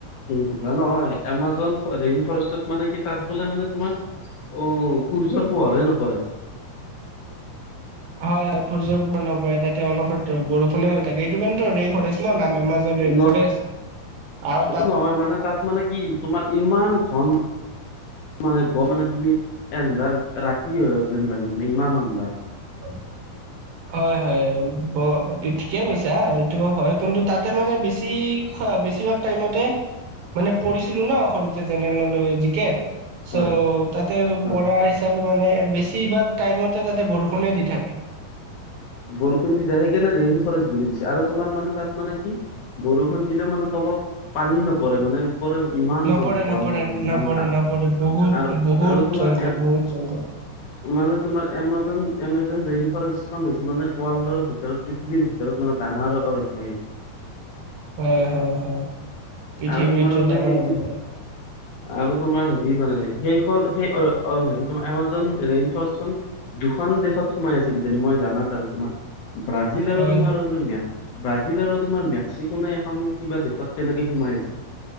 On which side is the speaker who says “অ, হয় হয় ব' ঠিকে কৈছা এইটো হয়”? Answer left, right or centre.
Right